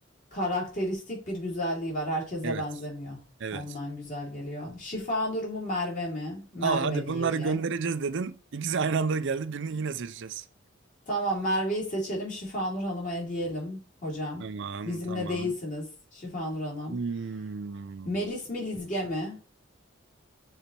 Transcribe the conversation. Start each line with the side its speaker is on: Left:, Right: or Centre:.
Left: Karakteristik bir güzelliği var. Herkese
Right: Evet.
Left: benzemiyor.
Right: Evet.
Left: Ondan güzel geliyor. Şifanur mu Merve mi? Merve
Right: Al hadi
Left: diyeceğiz.
Right: bunları göndereceğiz dedin. İkisi aynı anda geldi. Birini yine seçeceğiz.
Left: Tamam Merve'yi seçelim. Şifanur Hanım'a hediyelim hocam.
Right: Tamam
Left: Bizimle
Right: tamam.
Left: değilsiniz Şifanur Hanım.
Right: Hmm.
Left: Melis mi Lizge mi?